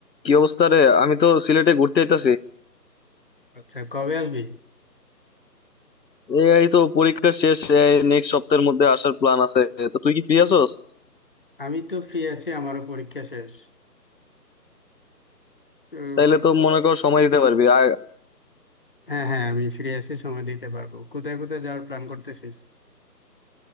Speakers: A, on the left; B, on the left.
A: কি অবস্থা রে আমি তো সিলেটে ঘুরতে আইতাছি
B: আচ্ছা কবে আসবি
A: এই তো পরীক্ষা শেষ নেক্সট সপ্তাহের মধ্যে আসার প্ল্যান আছে তো তুই কি ফ্রি আছোস
B: আমি তো ফ্রি আছি আমারও পরীক্ষা শেষ তো
A: তাইলে
B: কোথায়
A: তো
B: কোথায়
A: মনে কর সময় দিতে পারবি আর
B: হ্যাঁ হ্যাঁ আমি ফ্রি আছি সময় দিতে পারবো কোথায় কোথায় যাওয়ার প্ল্যান করতেছিস